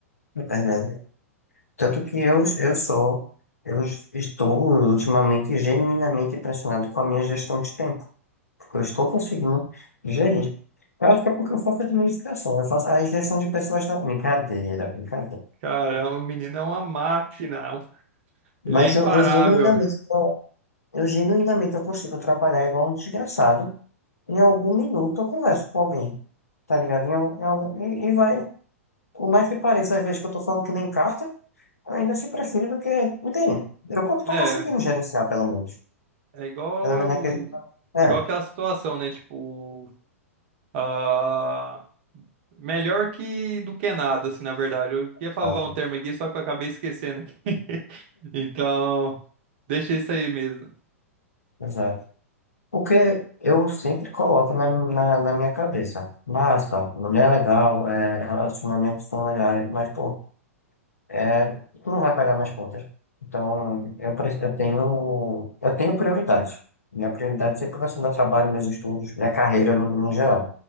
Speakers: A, on the left; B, on the right.
A: é verdade. Tanto que eu, eu sou, eu estou ultimamente genuinamente impressionado com a minha gestão de tempo, porque eu estou conseguindo gerir. Eu acho que é porque eu faço administração, eu faço a gestão de pessoas também. Brincadeira, brincadeira.
B: Caramba, o menino é uma máquina. é um-
A: Mas
B: Ele é imparável.
A: eu, eu genuinamente, eu genuinamente eu consigo trabalhar igual um desgraçado. Em algum minuto eu converso com alguém, tá ligado? Em al- em algum- E, e vai, por mais que pareça, às vezes que eu tô falando que nem carta. ainda assim prefiro do que. Não tem. Eu co- tô
B: É,
A: conseguindo gerenciar, pelo menos.
B: é igual,
A: Pelo menos é que.
B: igual
A: É,
B: aquela situação, né? Tipo, ah, melhor que do que nada, assim, na verdade. Eu
A: exato.
B: ia falar um termo aqui, só que eu acabei esquecendo aqui. <laughs> Então, deixa isso aí mesmo.
A: Exato. Porque eu sempre coloco na, na, na minha cabeça. Massa, mulher é legal, é, relacionamentos são legais, mas, pô, é, tu não vai pagar minhas contas. Então, eu, pre- eu tenho, eu tenho prioridades. Minha prioridade sempre vai ser meu trabalho, meus estudos, minha carreira no, no geral,